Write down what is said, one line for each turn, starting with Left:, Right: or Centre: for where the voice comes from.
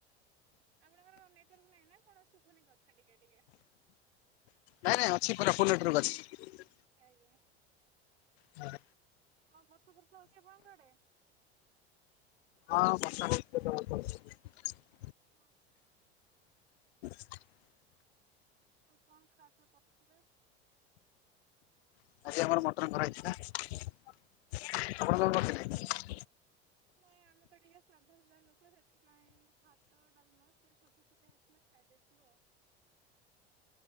Right: ଆପଣଙ୍କର ନେଟୁର୍କ୍ ନାହିଁ ନା କଣ ଶୁଭୁନି କଥା ଟିକେ ଟିକେ।
Left: ନାଇଁ ନାଇଁ ଅଛି ପୁରା ଫୁଲ ନେଟୁର୍କ୍ ଅଛି।
Right: ଆଜ୍ଞା।
Left: ହଁ।
Right: ହଁ ବର୍ଷୁ ବର୍ଷୁ ଆପଣଙ୍କ ଆଡେ?
Left: ହଁ ବର୍ଷା ହେଲେ <unintelligible>
Right: ହଁ ହଁ।
Left: <unintelligible>
Right: ଆଉ କଣ ଖାତ୍ ଆଉ ପ ଥିଲା?
Left: ଆଜି ଆମର ମଟନ କରା ହେଇଛି ନାଁ। ଆପଣ
Right: ଏଇବା
Left: କ କରିଥିଲେ?
Right: ନାଇଁ ଆମେ ତ ଟିକେ ସାଧା ହଜାର ଲୋ ମୁଁ ସେଥିପାଇଁ ଭାତ ଡାଲମା ସେ ଭୋଜା ଫୁଜା ହେଇଥିଲେ ଖାଇ ଦେଇଥିଲି ଆଉ,